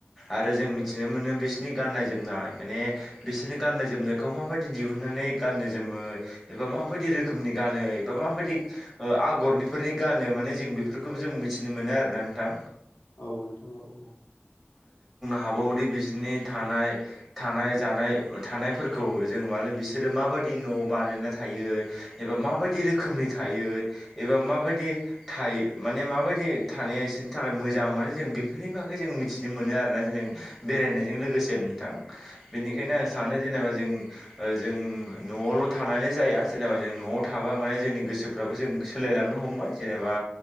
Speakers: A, in the centre; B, on the left.
A: आरो ज जों मिथिनो मोनो बिसोरनि गाननाय जोमनाय माने बिसोरनि गाननाय जोमनायखौ माबायदि दिहुननानै गान नो जोमो एबा माबायदि रोखोमनि गानो एबा माबायदि ओ आगरनिफोरनि गानो माने जों बेफोरखौबो जों मिथिनो मोनो आरोना नोंथां।
B: औ नोंथां औ औ।
A: हाबावदि बिसोरनि थानाय थानाय जानाय थानायफोरखौ जों माने बिसोरो माबायदि बायदि न' बानाया थायो एबा माबायदि रोखोमनि थायो एबा माबायदि थायो माने माबायदि थानाया बिसोरनि थाखाय मोजां मानो जों बेफोरनि बागै जों मिथिनो मोनो आरोना जोङो बेरायनायजों लोगोसे नोंथां बेनिखायनो
B: औ नोंथां
A: आं
B: औ
A: सानो जेनेबा जों ओ जों न'आवल' थानानै जाया जेनेबा जों न'आव थाबा माने जोंनि गोसोफ्राबो जों सोलायलांनो हमबाय जेनेबा